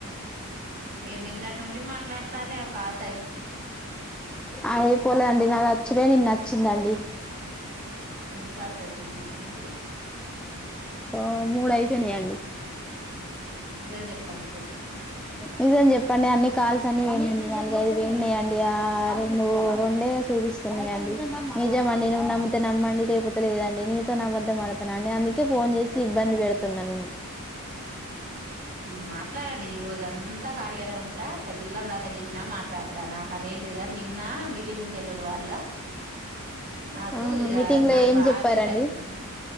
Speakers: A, on the right; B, in the centre.
A: మీరు నిన్నటి నుండి మాట్లాడతారేమో కాల్
B: అయ్ పోలేదండి నాది వచ్చుడే నిన్న వచ్చిందండి
A: ఎన్ని కాల్స్ అయిపోయినాయ్ అండి మరి
B: ఆ మూడు అయిపోయినాయండి
A: నిజం చెప్పండి ఇప్పుడు
B: నిజం చెప్పండి అన్ని కాల్స్ అన్ని వేండి నాలుగఐదు వేయండి ఆ రు రెండే చూపిస్త న్నయండి నిజంమండి నువ్వు నమ్ముతే నమ్మండి లేకపోతే లేదండి నీతో నాబద్దం అడతా అండి అందుకే ఫోన్ చేసి ఇబ్బంది పెడుతున్నా నిను
A: మీరు మాట్లాడండి ఈ రోజ అంతా కాలిగానే ఉంటా తెల్లందాకా చేసినా మాట్లాడతారు నాకు అదేం నిన్న మీటింగ్కు వెలిడం వల్ల నాకు
B: ఆహా
A: ఇగ
B: మీటింగ్ లో
A: నాకు
B: ఏం చెప్పారండి
A: అదే సరిపోయింది